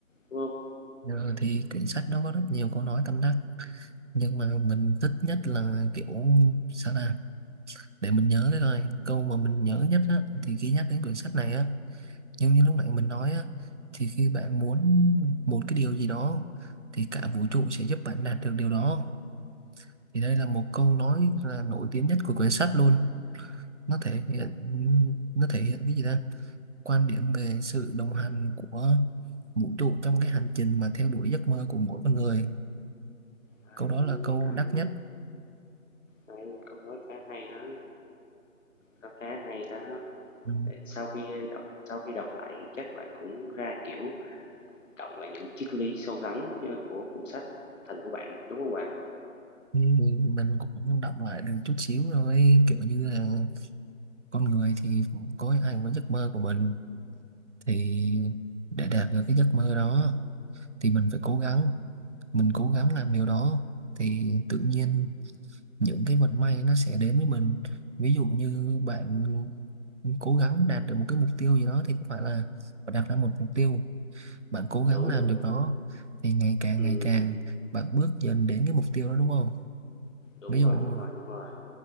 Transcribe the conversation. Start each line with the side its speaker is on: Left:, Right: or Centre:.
Left: đúng không
Right: giờ thì quyển sách nó có rất nhiều câu nói tâm đắc nhưng mà mình thích nhất là kiểu sao là để mình nhớ cái coi câu mà mình nhớ nhất á thì khi nhắc đến quyển sách này á nhưng như lúc nãy mình nói á thì khi bạn muốn một cái điều gì đó thì cả vũ trụ sẽ giúp bạn đạt được điều đó thì đây là một câu nói là nổi tiếng nhất của quyển sách luôn nó thể hiện nó thể hiện cái gì ta quan điểm về sự đồng hành của vũ trụ trong cái hành trình mà theo đuổi giấc mơ của mỗi con người
Left: Hay,
Right: câu đó là câu
Left: hay,
Right: đắt nhất
Left: hay, câu nói khá hay đó, nó khá hay đó.
Right: ừ.
Left: sau khi đọc sau khi đọc lại thì chắc bạn cũng ra, kiểu, cộng lại những triết lý sâu rắn của cuốn sách thành của bạn, đúng không bạn?
Right: thì mình cũng đọc lại được chút xíu rồi kiểu như là con người thì có ai cũng có giấc mơ của mình thì để đạt được cái giấc mơ đó thì mình phải cố gắng mình cố gắng làm điều đó thì tự nhiên những cái vận may nó sẽ đến với mình ví dụ như bạn cố gắng đạt được một cái mục tiêu gì đó thì không phải là bạn đặt ra một mục tiêu bạn cố gắng
Left: Đúng,
Right: làm được nó thì ngày càng
Left: ừm,
Right: ngày càng bạn bước dần đến cái mục tiêu đó đúng không
Left: đúng
Right: ví
Left: rồi,
Right: dụ
Left: đúng rồi, đúng rồi.